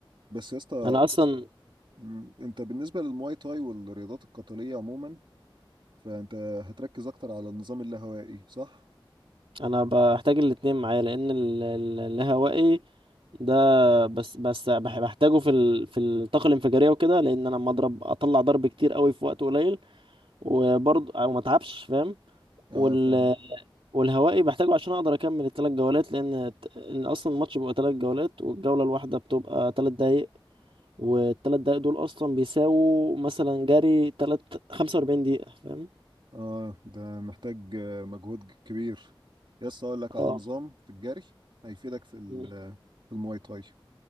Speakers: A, on the right; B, on the right.
A: بس يا اسطى
B: انا اصلا
A: مم. انت بالنسبة للمواي تاي والرياضات القتالية عموما فانت هتركز اكتر على النظام اللاهوائي صح؟
B: انا بحتاج الاتنين معايا لان ال- ال- الهوائي ده بس بس بح- بحتاجه في ال... في الطاقه الانفجاريه وكده لان انا لما اضرب اطلع ضرب كتير قوي في وقت قليل وبرضه او ما اتعبش فاهم
A: اه
B: وال...
A: فاهمك
B: والهوائي بحتاجه عشان اقدر اكمل الثلاث جولات لان ت- ان اصلا الماتش بيبقى ثلاث جولات والجوله الواحده بتبقى ثلاث دقايق والثلاث دقايق دول اصلا بيساووا مثلا جري ثلاث 45 دقيقه فاهم
A: اه ده محتاج آه، مجهود ج- كبير يس اقول لك على
B: اه
A: نظام في الجري هيفيدك في ال-
B: مم.
A: آه، في المواي تاي